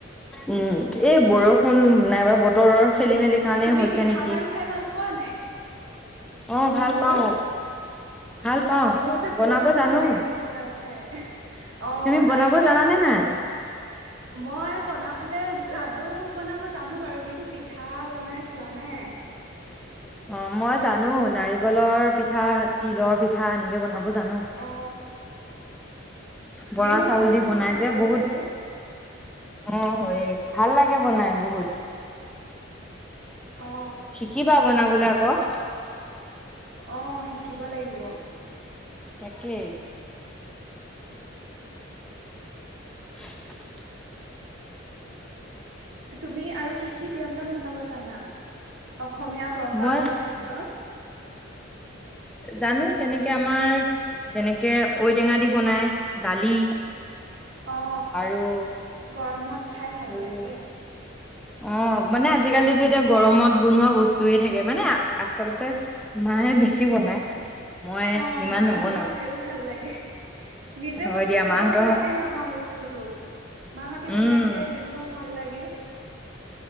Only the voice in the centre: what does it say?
উম, এই বৰষুণ নাই বা বতৰৰ খেলি মেলি কাৰণে
হৈছে
নেকি।
অ ভাল
পাওঁ। ভাল পাওঁ,
বনাব
জানো।
তুমি
বনাব জানানে
নাই?
অ মই জানো নাৰিকলৰ পিঠা তিলৰ পিঠা এনেকে বনাব অ জানো।
বৰা
চাউল
দি বনাই
যে
বহুত
অ হৈয়ে ভাল লাগে বনাই বহুত।
শিকিবা বনাব <unintelligible>
তাকে <inaudible>
মই
জানো তেনেকে আমাৰ যেনেকে ঔটেঙা দি বনাই দালি
আৰু
আৰু
অ মানে আজিকালি এতিয়া গৰমত বনোৱা বস্তুয়ে থাকে মানে আচলতে মায়ে বেছি বনায়। মই
ইমান
নবনাও
হয়
দিয়া
মাহঁতৰ
উম